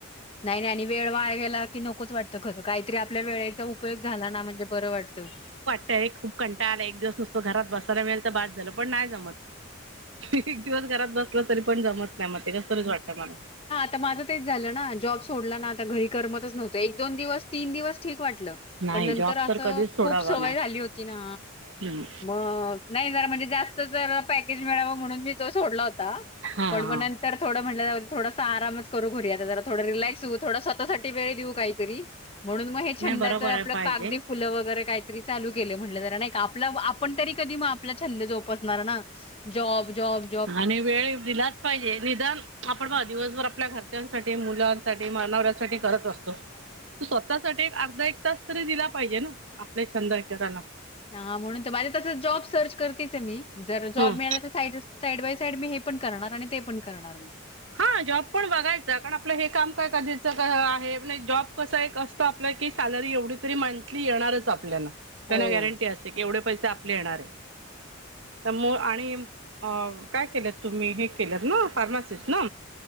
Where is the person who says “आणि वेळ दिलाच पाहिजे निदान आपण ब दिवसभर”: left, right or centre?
Right